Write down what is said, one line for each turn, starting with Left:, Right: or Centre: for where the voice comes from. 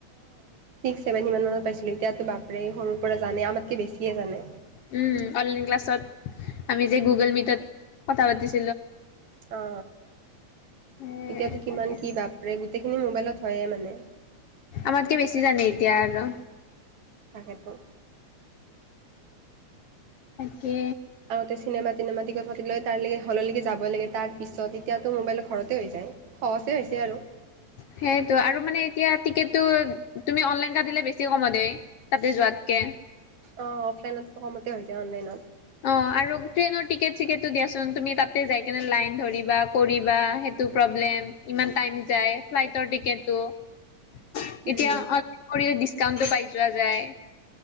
Right: চ মান পাইছে। এতিয়াতো বাপেৰে সৰুৰ পৰা জানে আমাতকে বেছিহে জানে।
Left: উম, অনলাইন ক্লাছত আমি যে গুগল মিটত‌ কটা পাতিছ-
Right: অ
Left: এ
Right: এতিয়াতো কিমান
Left: তাকে
Right: কি বাপৰে গোটেইখিনি মোবাইলত হয়ে মানে।
Left: আমাতকে বেছি জানে এতিয়া আৰু।
Right: তাকেতো।
Left: তাকে।
Right: আগতে চিনেমা টিনেমা টিকট পাতি লৈ তালেকে হললেকে যাব লাগে। তাৰ পিছত এতিয়াতো মোবাইল ঘৰতে হৈ যায় সহছে হৈছে আৰু।
Left: সেইয়েতো আৰু মানে এতিয়া টিকেট- তু তুমি অনলাইন কাটিলে বেছি কম দেই তাতে যোৱাতকে।
Right: অ অফলাইনত কমতে হৈ যায় অনলাইনত।
Left: অ', আৰু গোটেইনৰ টিকেট চিকেটটো দিয়া চোন তুমি তাতে যায় কিনে লাইন ধৰিবা কৰিবা সেটো প্ৰবলেম। লেম ইমান টাইম যায় ফ্লাইটৰ টিকেটটো-
Right: উম
Left: এতিয়া অনলাইন কৰিলে ডিচ্কাউন্টো পাই যোৱা যায়।